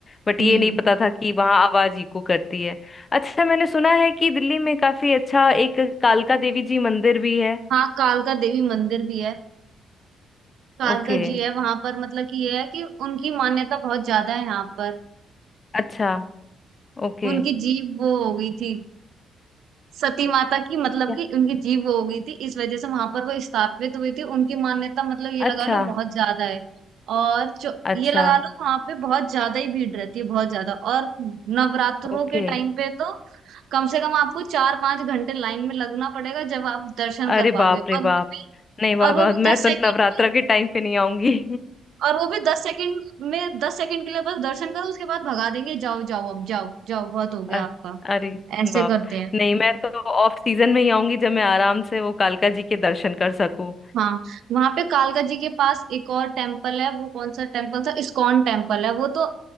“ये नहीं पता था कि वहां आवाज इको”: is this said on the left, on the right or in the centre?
Left